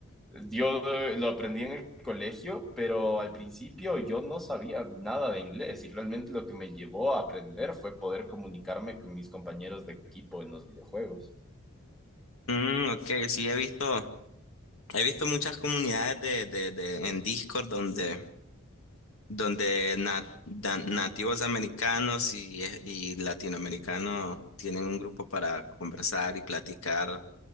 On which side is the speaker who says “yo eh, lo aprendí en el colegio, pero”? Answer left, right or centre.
Centre